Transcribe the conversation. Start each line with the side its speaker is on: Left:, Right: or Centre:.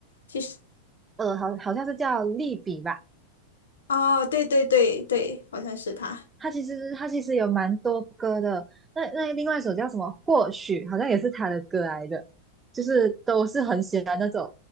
Left: 其实，
Right: 呃，好好像是叫利比吧。
Left: 哦，对对对对，好像是他。
Right: 他其实他其实有蛮多歌的，那那另外一首叫什么？或许好像也是他的歌来的，就是都是很喜欢那种